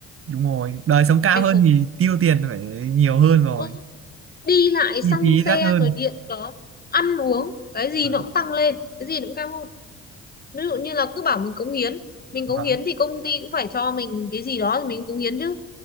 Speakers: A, on the right (about 45°); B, on the left (about 30°).
A: đúng rồi đời sống cao
B: thành
A: hơn
B: phố
A: thì tiêu tiền phải nhiều hơn rồi
B: ừ, đi lại
A: chi
B: xăng
A: phí
B: xe
A: đắt hơn
B: rồi điện đó ăn uống cái gì
A: à,
B: nó cũng tăng lên cái gì nó cũng cao hơn ví dụ như là cứ bảo mình cống hiến mình
A: vâng
B: cống hiến thì công ty cũng phải cho mình cái gì đó thì mình cũng cống hiến chứ